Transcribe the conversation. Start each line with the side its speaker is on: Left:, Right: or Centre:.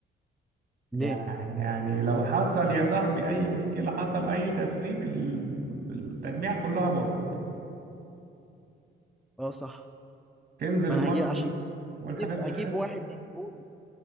Right: يع-
Centre: ليه
Right: يعني لو حصل يا صاحبي اي مشكله حصل اي تسريب ال- التجميع كلها باظت
Centre: اه صح
Right: تنزل
Centre: ما
Right: الميه
Centre: انا هجيب عشان كده
Right: والحاجه
Centre: هجيب
Right: شغاله
Centre: هجيب واحد يجيبهولي